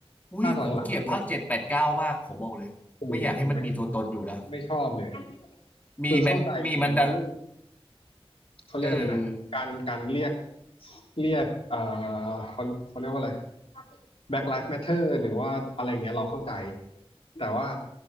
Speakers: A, on the left (about 15°); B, on the left (about 65°).
A: อุ้ยผมเกลียดภาคเจ็ดแปดเก้ามากผมบอกเลยไม่อยากให้มันมีตัวตนอยู่แล้ว
B: ภาคหลังๆมันแบบโอ้โหผมไม่ไม่ชอบเลย
A: มีมันมีมันดา
B: คือเข้าใจเรื่องเขาเรียกอะไรนะการการเรียก
A: เออ
B: เรียกเอ่อเขาเขาเรียกว่าอะไร Black Lives Matter หรือว่าอะไรอย่างเงี้ยเราเข้าใจแต่ว่า